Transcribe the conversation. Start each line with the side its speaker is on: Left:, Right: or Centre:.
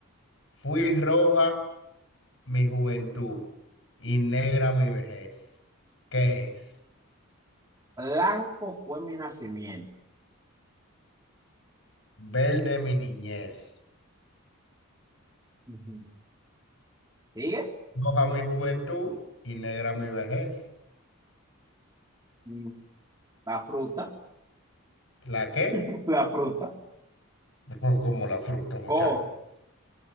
Left: fui roja mi juventud y negra mi vejez. ¿Qué es?
Right: Blanco fue mi nacimiento.
Left: Verde mi niñez,
Right: Ujú. ¿Sigue?
Left: roja mi juventud y negra mi vejez.
Right: Mm, La fruta,
Left: ¿La qué?
Right: <laughs>
Left: <laughs>
Right: la fruta.
Left: Pues como la fruta, muchacho.
Right: O